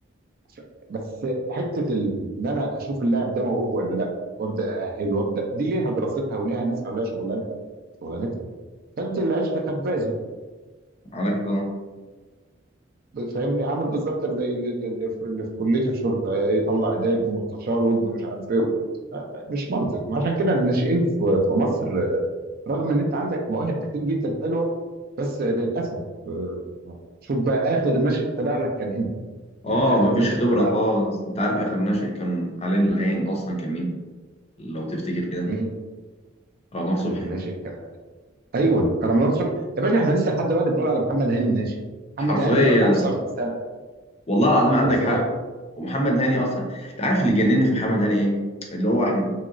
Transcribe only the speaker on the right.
ف- بس حته ال- ان انا اشوف اللاعب ده موهوب ولا لا وابدا ااهله وابدا دي ليها دراستها وليها ناسها وليها شغلانه شغلانتها خد العيش لخبازه
فاهمني عامل بالظبط زي اللي اللي في اللي في كليه الشرطه يطلع ده يبقى مستشار وابنه مش عارف ايه آه، مش منطق ما عشان كده الناشئين في في مصر آه، رغم ان انت عندك مواهب كتير جدا حلوه بس للاسف آه، شوف بقى اخر ناشئ طلع لك كان امتى؟
يعني اخر
ناشئ
طلع
لك
مين؟
اخر
ناشئ كان ايوه رمضان صبحي يا باشا احنا لسه لحد دلوقتي بنقول على محمد هاني الناشئ
محمد هاني دلوقتي عنده 29 سنه
انت
وصلك